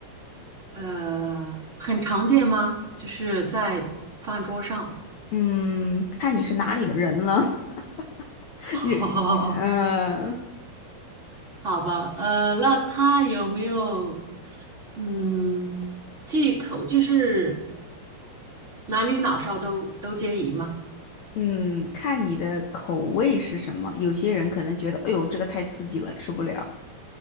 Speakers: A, on the right; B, on the left.
A: 呃，很常见吗？就是在饭桌上。
B: 嗯，看你是哪里的人了，<laughs>
A: <laughs>
B: 有，呃。
A: 好好吧，呃，那他有没有嗯忌口？就是男女老少都都皆宜吗？
B: 嗯，看你的口味是什么。有些人可能觉得，哎呦，这个太刺激了，吃不了。